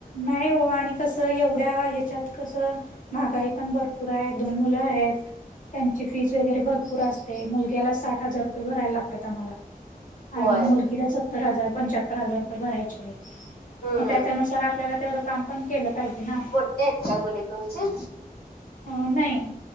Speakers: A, on the left (about 55°); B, on the left (about 80°).
A: नाही हो आणि कसं एवढ्या ह्याच्यात कसं महागाई पण भरपूर आहे दोन मुलं आहेत. त्यांची फीज वगैरे भरपूर असते मुलग्याला साठ हजार रुपये भरायला लागतात आम्हाला
B: होय
A: आणि मुलगीला सत्तर हजार पंच्याहत्तर हजार रुपये भरायचे
B: हम्म
A: मग त्याच्यानुसार आपल्याला तेवढं काम पण केलं पाहिजे ना,
B: मोठे आहेत काय मुले तुमचे
A: अ नाही